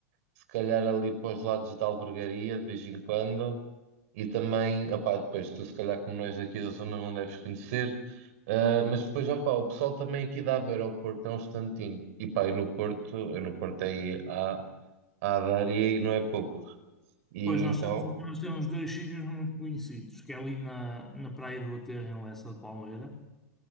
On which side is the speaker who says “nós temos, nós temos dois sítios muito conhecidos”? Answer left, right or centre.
Centre